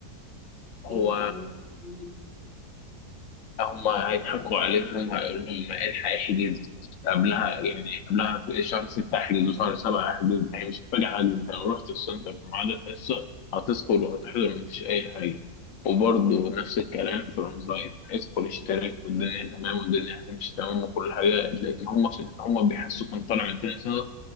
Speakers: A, on the left; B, on the right.
A: هو
B: ايه اللي ممكن
A: هم هيضحكوا عليهم هيقولوا لهم الحق احجز قبلها يعني قبلها شهر 6 احجز وشهر 7 احجز هي مش هتفاجئ حد انت لو رحت السنتر في ميعاد الحصه هتدخل وهتحضر مفيش اي حاجه وبرضه نفس الكلام في الاونلاين هيدخل اشتراك والدنيا تمام والدنيا هتمشي تمام وكل حاجه لان هم هم بيحسوك ان طالع من تاني سنه